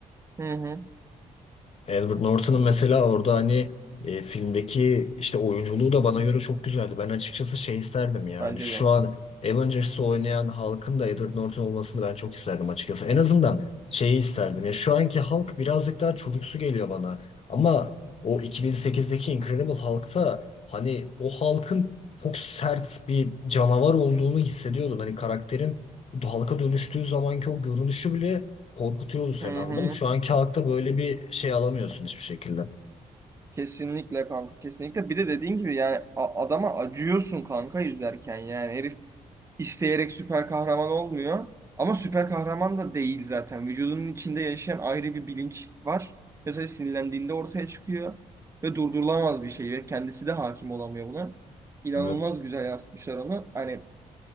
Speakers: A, on the right (about 20°); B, on the left (about 45°).
A: Hı hı.
B: Edward Norton'ın mesela orada hani e, filmdeki işte oyunculuğu da bana göre çok güzeldi. Ben açıkçası şey isterdim ya.
A: Bence
B: Hani şu
A: de.
B: an Avengers'ı oynayan halkın da Edward Norton olmasını ben çok isterdim açıkçası. En azından şeyi isterdim. Ya şu anki Hulk birazcık daha çocuksu geliyor bana. Ama o 2008'deki Incredible Hulk'ta hani o Hulk'ın çok sert bir canavar olduğunu hissediyordun. Hani karakterin Hulk'a dönüştüğü zamanki o görünüşü bile korkutuyordu seni
A: Hı
B: anladın
A: hı.
B: mı? Şu anki halkta böyle bir şey alamıyorsun hiçbir şekilde.
A: Kesinlikle kanka kesinlikle. Bir de dediğin gibi yani a- adama acıyorsun kanka izlerken yani herif isteyerek süper kahraman olmuyor. Ama süper kahraman da değil zaten. Vücudunun içinde yaşayan ayrı bir bilinç var. Mesela sinirlendiğinde ortaya çıkıyor ve durdurulamaz bir şey ve kendisi de hakim olamıyor buna. İnanılmaz
B: Evet.
A: güzel yansıtmışlar onu. Hani